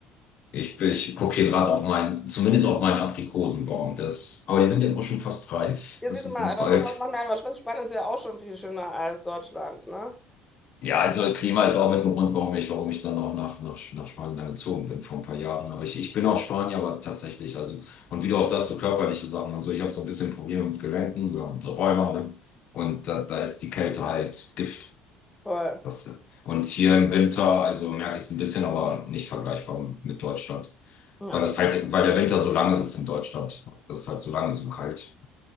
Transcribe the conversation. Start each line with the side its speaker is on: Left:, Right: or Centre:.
Left: Ich, ich gucke hier gerade auf meinen, zumindest auf meinen Aprikosenbaum. Das, aber die sind jetzt auch schon fast reif.
Centre: Hier
Left: Also
Centre: siehst
Left: wir
Centre: du mal,
Left: sind
Centre: aber
Left: bald.
Centre: sowas macht mir einfach Spaß. Spanien ist ja auch schon viel schöner als Deutschland, ne?
Left: Ja, also Klima ist auch mit dem Grund, warum ich, warum ich dann auch nach, nach, nach Spanien dann gezogen bin vor ein paar Jahren. Aber ich, ich bin auch Spanier, aber tatsächlich, also, und wie du auch sagst, so körperliche Sachen und so, ich habe so ein bisschen Probleme mit Gelenken, so mit Rheuma, ne? Und da, da ist die Kälte halt Gift.
Centre: Voll.
Left: Das, und hier im Winter, also merke ich es ein bisschen, aber nicht vergleichbar mit Deutschland.
Centre: Ja,
Left: Weil das
Centre: wirklich.
Left: halt, weil der Winter so lange ist in Deutschland. Das ist halt so lange so kalt.